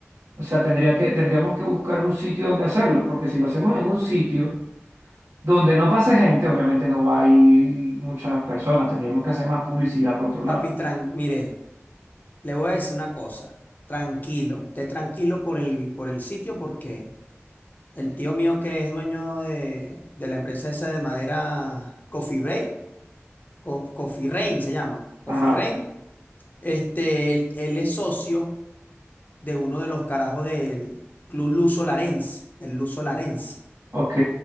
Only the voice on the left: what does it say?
papi, tran- mire, le voy a decir una cosa, tranquilo, usted tranquilo por el, por el sitio, porque el tío mío que es dueño de, de la empresa esa de madera Coffee Break, Co- Coffee Rain se llama, Coffee
Rain, este, él él es socio de uno de los carajos del Club Luso Larense, el Luso Larense.